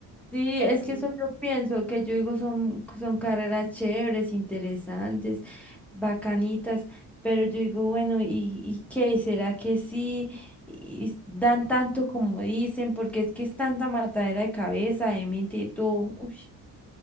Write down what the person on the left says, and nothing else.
que al
crimen.